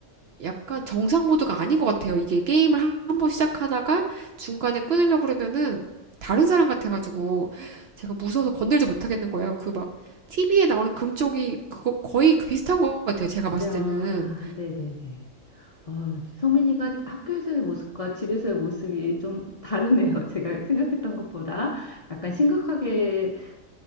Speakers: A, on the right (about 60°); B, on the left (about 40°).
A: 약간 정상 모드가 아닌 것 같아요. 이게 게임을 한번 시작하다가 중간에 끊으려고 그러면은 다른 사람 같아가지고 제가 무서워서 건들지 못하겠는 거예요. 그 막 TV에 나오는 금쪽이 그거 거의 그 비슷한 것 같아요. 제가
B: 네,
A: 봤을
B: 아,
A: 때는.
B: 네네네. 아, 성민이가 학교에서의 모습과 집에서의 모습이 좀 다르네요. <laughs> 제가 생각했던 것보다 약간 심각하게